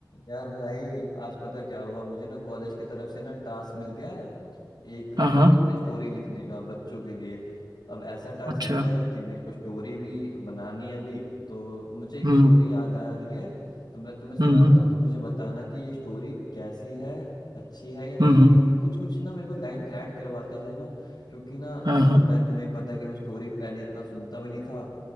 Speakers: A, on the left; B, on the right.
A: यार भाई आज पता क्या हुआ मुझे ना कॉलेज की तरफ से ना टास्क मिल गया है एक
B: हाँ
A: क्या
B: हाँ
A: बोलते हैं स्टोरी लिखने का बच्चों के लिए अब ऐसा टास्क
B: अच्छा
A: मिला है कि मेरे को स्टोरी भी बनानी है अभी तो मुझे एक
B: हम्म
A: स्टोरी याद आ रही है तो मैं तुम्हें सुनाता
B: हम्म
A: हूँ तो मुझे बताना कि ये स्टोरी कैसी है अच्छी है या नहीं
B: हम्म हम्म,
A: है और कुछ कुछ ना मेरे को लाइन ऐड करवाते जाना क्योंकि ना
B: हाँ
A: अब
B: हाँ
A: तो मैं तुम्हें पता है कि मैं स्टोरी पहले इतना सुनता भी नहीं था